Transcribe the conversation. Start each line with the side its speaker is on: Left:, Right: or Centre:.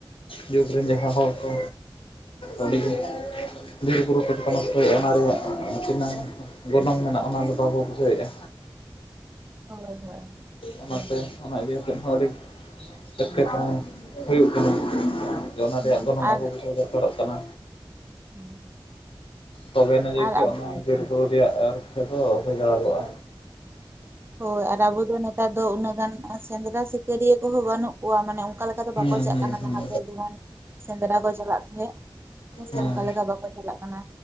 Left: ᱡᱩᱜᱽ ᱨᱤᱱ ᱡᱟᱦᱟᱸ ᱦᱚᱲ ᱠᱚ ᱟᱹᱰᱤ ᱜᱮ ᱵᱤᱨᱼᱵᱩᱨᱩ ᱠᱚᱠᱚ ᱱᱚᱥᱴᱚᱭᱮᱜ-ᱟ, ᱚᱱᱟ ᱨᱮᱭᱟᱜ ᱛᱤᱱᱟᱹᱝ ᱜᱚᱱᱚᱝ ᱢᱮᱱᱟᱜ-ᱟ ᱚᱱᱟ ᱫᱚ ᱵᱟᱵᱚ ᱵᱩᱡᱷᱟᱹᱣᱮᱜ-ᱟ᱾
Right: ᱦᱳᱭ ᱦᱳᱭ᱾
Left: ᱚᱱᱟᱛᱮ ᱚᱱᱟ ᱤᱭᱟᱛᱮᱫ ᱦᱚᱸ ᱟᱹᱰᱤ᱾ ᱮᱴᱠᱮᱴᱚᱬᱮ ᱦᱩᱭᱩᱜ ᱠᱟᱱᱟ ᱚᱱᱟ
Right: ᱦᱩᱸ
Left: ᱨᱮᱭᱟᱜ ᱜᱚᱱᱚᱝ
Right: ᱟᱨ
Left: ᱟᱵᱚ ᱵᱩᱡᱷᱟᱹᱣ ᱫᱚᱨᱠᱟᱨᱚᱜ ᱠᱟᱱᱟ᱾
Right: <inaudible>
Left: ᱛᱚᱵᱮ ᱮᱱᱟᱝ ᱡᱮᱠᱤ
Right: ᱟᱨ ᱟᱵᱚ
Left: ᱚᱱᱟ ᱵᱤᱨ-ᱵᱩᱨᱩ ᱨᱮᱭᱟᱜ ᱨᱟᱠᱷᱟ ᱫᱚ ᱦᱩᱭ ᱫᱟᱲᱮᱜᱚᱜ-ᱟ᱾
Right: ᱦᱳᱭ ᱟᱨ ᱟᱵᱚ ᱫᱚ ᱱᱮᱛᱟᱨ ᱫᱚ ᱩᱱᱟᱹᱜ ᱜᱟᱱ ᱥᱮᱸᱫᱽᱨᱟ ᱥᱤᱠᱟᱹᱨᱤᱭᱟᱹ ᱠᱚᱦᱚᱸ ᱵᱟᱹᱱᱩᱜ ᱠᱚᱣᱟ ᱢᱟᱱᱮ ᱚᱝᱠᱟ ᱞᱮᱠᱟ ᱫᱚ
Left: ᱦᱩᱸ
Right: ᱵᱟᱠᱚ
Left: ᱦᱩᱸ
Right: ᱪᱟᱞᱟᱜ ᱠᱟᱱᱟ
Left: ᱦᱩᱸ
Right: ᱞᱟᱦᱟᱛᱮ ᱡᱮᱢᱚᱱ ᱥᱮᱸᱫᱽᱨᱟ ᱠᱚ ᱪᱟᱞᱟᱜ ᱛᱟᱦᱮᱸᱜ᱾ ᱦᱮᱸ ᱥᱮ
Left: ᱦᱩᱸ ᱦᱩᱸ
Right: ᱚᱝᱠᱟ ᱞᱮᱠᱟ ᱵᱟᱠᱚ ᱪᱟᱞᱟᱜ ᱠᱟᱱᱟ᱾